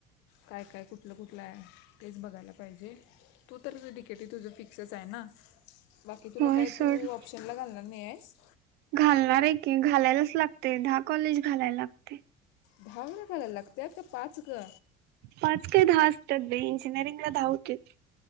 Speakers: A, on the left (about 75°); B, on the right (about 65°).
A: काय काय कुठलं कुठलं आहे तेच बघायला पाहिजे तू तर तिकेटही तुझं फिक्सच आहे ना बाकी तुला
B: होय
A: काय
B: सोड
A: तू ऑप्शनला घालणार नाही आहेस
B: घालणार आहे की घालायलाच लागते दहा कॉलेज घालायला लागते
A: दहावळा घालायला लागतय का पाच ग
B: पाच काय दहा असतात बाई इंजिनिअरिंग ला दहा होतीत